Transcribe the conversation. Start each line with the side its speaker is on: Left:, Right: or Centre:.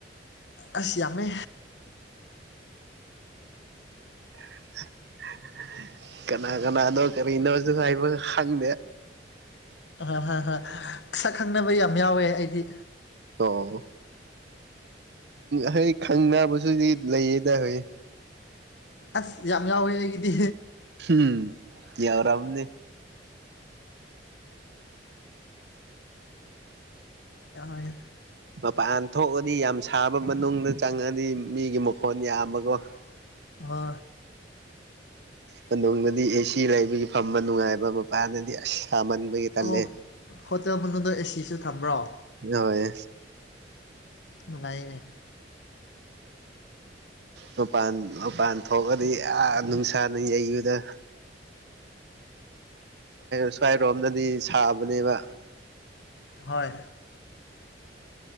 Left: ꯑꯁ ꯌꯥꯝꯃꯦ
Right: <unintelligible> ꯀꯅꯥ -ꯀꯅꯥꯅꯣ ꯀꯔꯤꯅꯣꯁꯨ ꯍꯥꯏꯕ ꯈꯪꯗꯦ
Left: ꯍꯣꯏ ꯍꯣꯏ ꯍꯣꯏ ꯁꯛ ꯈꯪꯅꯕ ꯌꯥꯝ ꯌꯥꯎꯋꯦ ꯑꯩꯗꯤ
Right: ꯑꯣ ꯍꯣꯏ ꯈꯪꯅꯕꯁꯨꯗꯤ ꯂꯩꯌꯦꯗ ꯍꯣꯏ
Left: ꯑꯁ ꯌꯥꯝ ꯌꯥꯎꯋꯦ ꯑꯩꯒꯤꯗꯤ
Right: ꯎꯝ ꯌꯥꯎꯔꯝꯅꯤ
Left: ꯑꯣꯏ
Right: ꯃꯄꯥꯟ ꯊꯣꯛꯑꯗꯤ ꯌꯥꯝ ꯁꯥꯕ ꯃꯅꯨꯡꯗ ꯆꯪꯉꯗꯤ ꯃꯤꯒꯤ ꯃꯈꯣꯟ ꯌꯥꯝꯕꯀꯣ
Left: ꯋ
Right: ꯃꯅꯨꯡꯗꯗꯤ ꯑꯦꯁꯤ ꯂꯩꯕꯒꯤ ꯐꯝꯕ ꯅꯨꯡꯉꯥꯏꯕ ꯃꯄꯥꯟꯗꯗꯤ ꯑꯁ ꯁꯥꯃꯟꯕꯒꯤ ꯇꯜꯂꯦ
Left: ꯑꯣ ꯍꯣꯇꯦꯜ ꯃꯅꯨꯡꯗ ꯑꯦꯁꯤꯁꯨ ꯊꯝꯕ꯭ꯔꯣ
Right: ꯍꯣꯏ
Left: ꯅꯨꯡꯉꯥꯏꯅꯦ
Right: ꯃꯄꯥꯟ -ꯃꯄꯥꯟ ꯊꯣꯛꯑꯗꯤ ꯑꯥ ꯅꯨꯡꯁꯥꯅ ꯌꯩꯕꯗ ꯁꯨꯋꯥꯏꯔꯣꯝꯗꯗꯤ ꯁꯥꯕꯅꯦꯕ
Left: ꯍꯣꯏ